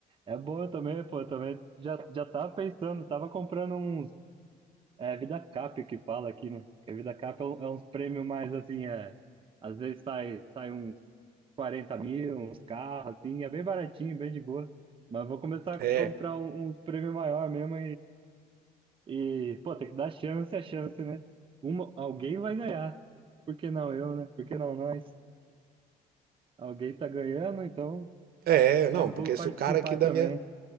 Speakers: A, on the right (about 30°); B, on the right (about 65°).
A: É bom também, pô, também, já, já tava pensando, tava comprando uns, é, Vida Cap que fala aqui, né? Que a Vida Cap é, um- é uns prêmios mais, assim, é, às vezes sai, sai uns 40 mil, uns carros, assim, é bem baratinho, bem de boa, mas vou começar a
B: É.
A: comprar um- uns prêmios maior mesmo E, pô, tem que dar chance a chance, né? Uma, alguém vai ganhar. Por que não eu, né? Por que não nós? Alguém tá ganhando, então
B: É, não,
A: é, vou
B: porque
A: participar
B: se o cara aqui da
A: também.
B: minha.